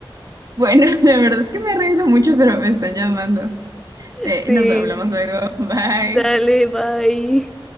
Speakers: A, on the right; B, in the centre.
A: bueno, la verdad es que me he reído mucho, pero me están llamando. Te-
B: Sí,
A: nos hablamos luego, bye.
B: dale, bye.